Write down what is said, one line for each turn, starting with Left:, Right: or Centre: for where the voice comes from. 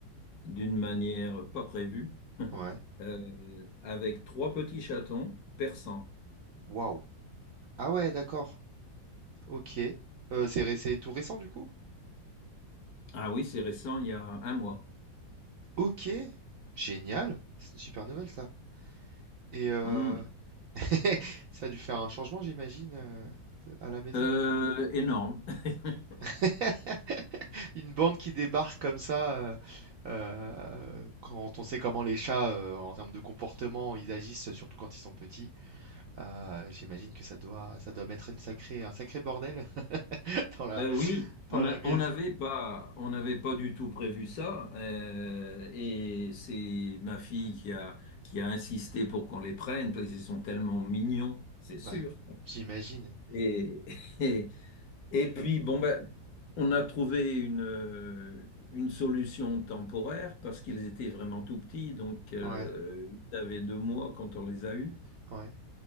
Left: d'une manière pas prévue, <laughs>
Right: ouais.
Left: euh, avec trois petits chatons persans.
Right: Waouh. Ah ouais, d'accord. Ok. Euh, c'est ré- c'est tout récent du coup?
Left: Ah oui, c'est récent, il y a un mois.
Right: Ok. Génial. C'est une super nouvelle ça. Et euh,
Left: Hum,
Right: <laughs> ça a dû faire un changement, j'imagine, euh, de- à la maison.
Left: Euh, énorme. <laughs>
Right: <laughs> Une bande qui débarque comme ça, euh, euh, quand on sait comment les chats, euh, en termes de comportement, ils agissent, surtout quand ils sont petits, euh, j'imagine que ça doit, ça doit mettre une sacrée, un sacré bordel <laughs> dans la,
Left: Euh, oui,
Right: dans
Left: on
Right: la
Left: a-
Right: maison.
Left: on n'avait pas, on n'avait pas du tout prévu ça, euh, et c'est ma fille qui a, qui a insisté pour qu'on les prenne parce qu'ils sont tellement mignons, c'est sûr.
Right: Bah, j'imagine.
Left: Et, <laughs> et, et puis bon ben, on a trouvé une, euh, une solution temporaire parce qu'ils étaient vraiment tout petits, donc euh,
Right: Ouais,
Left: ils avaient deux mois quand on les a eus.
Right: ouais,